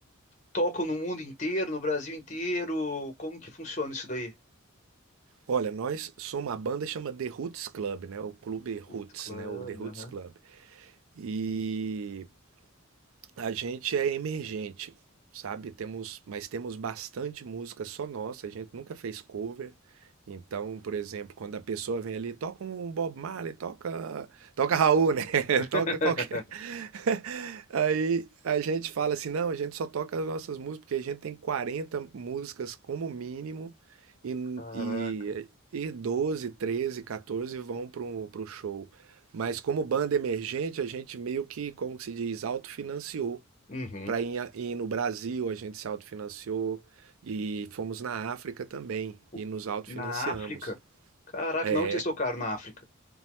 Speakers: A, on the left; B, on the right.
A: tocam no mundo inteiro, no Brasil inteiro? Como que funciona isso daí?
B: Olha, nós somos uma banda que chama The Roots Club, né? O Clube Roots,
A: Roots Club,
B: né? O The Roots
A: aham.
B: Club. E A gente é emergente, sabe? Temos, mas temos bastante música só nossa, a gente nunca fez cover. Então, por exemplo, quando a pessoa vem ali, toca um Bob Marley, toca, toca Raul, né? <laughs>
A: <laughs>
B: Toca qualquer. <laughs> Aí a gente fala assim, não, a gente só toca as nossas músicas, porque a gente tem 40 músicas como mínimo e,
A: Caraca.
B: e, e 12, 13, 14 vão para o show. Mas como banda emergente, a gente meio que, como que se diz, autofinanciou
A: Uhum.
B: para ir, ir no Brasil, a gente se autofinanciou e fomos na África também
A: O-
B: e nos autofinanciamos.
A: Na África? Caraca,
B: É,
A: não vocês tocaram na África.